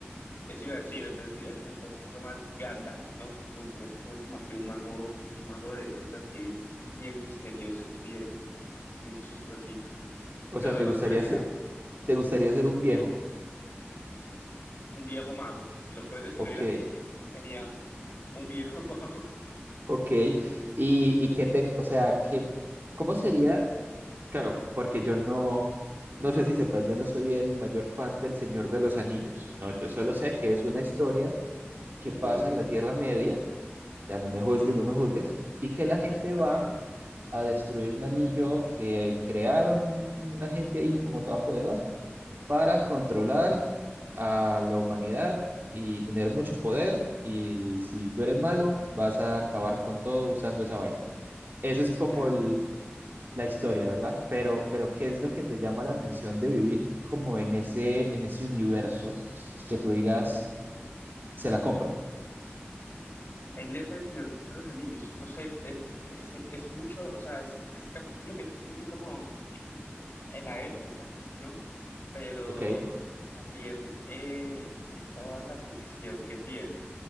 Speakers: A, on the left; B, on the right.
A: eso iba a decir, entonces sería como un poco más Gandalf, ¿no? Me gustaría ser como así un mago, un mago de esos así, bien misteriosos, bien, bien chistositos.
B: O
A: Me
B: sea,
A: voy
B: ¿te
A: más
B: gustaría
A: por ese
B: ser,
A: lado.
B: te gustaría ser un viejo?
A: Un viejo mago. Si lo puedes describir
B: Ok,
A: así, sí. Sería un viejo <laughs> mago.
B: ok. ¿Y, y qué te, o sea, qué, cómo sería? Claro, porque yo no, no sé si sepas, yo no soy el mayor fan del Señor de los Anillos. No, yo solo sé
A: Uy,
B: que es una historia que
A: uy,
B: pasa en la Tierra Media, ya no me juzgues,
A: sí,
B: no me juzgues, y que la gente
A: está
B: va
A: bien.
B: a destruir un anillo que crearon una gente ahí como toda poderosa para controlar a la humanidad y tener mucho poder. Y si tú eres malo, vas a acabar con todo usando esa vaina. Esa es como
A: Exacto.
B: el- la historia, ¿verdad? Pero, pero ¿qué es lo que te llama la atención de vivir como en ese, en ese universo que tú digas, se la compro,
A: En ese El Señor de los Anillos, no sé, eh, es, es mucho, o sea, es, es cap- lo que dice así como en la época, ¿no? Pero
B: ¿ok?
A: también eh, toda la ficción que tiene.